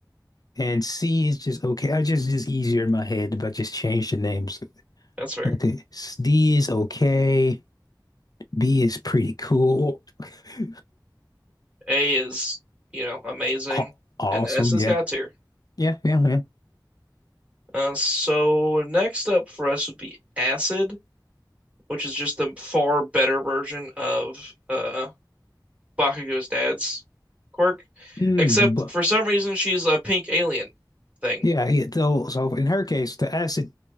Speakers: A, on the left; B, on the right.
A: And C is just okay. I just just easier in my head, but just change the names.
B: that's fair.
A: Okay. S- D is okay. B is pretty cool. <laughs>
B: A is you know amazing,
A: Aw- Awesome.
B: and S is
A: Yeah.
B: God tier.
A: Yeah. Yeah. Yeah.
B: Uh, so next up for us would be Acid, which is just the far better version of uh, Bakugo's dad's quirk,
A: Mm,
B: except
A: but
B: for some reason she's a pink alien thing.
A: yeah, yeah. So, so in her case, the acid